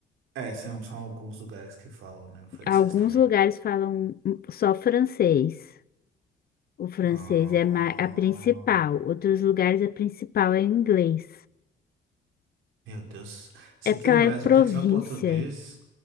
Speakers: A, on the right; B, on the left.
A: É, são, são alguns lugares que falam, né? O francês
B: Alguns
A: também.
B: lugares falam só francês. O francês
A: Ah,
B: é ma- a principal. Outros lugares a principal é inglês.
A: meu Deus. Se
B: É
A: aqui
B: porque
A: no
B: ela
A: Brasil
B: é província.
A: que é só português.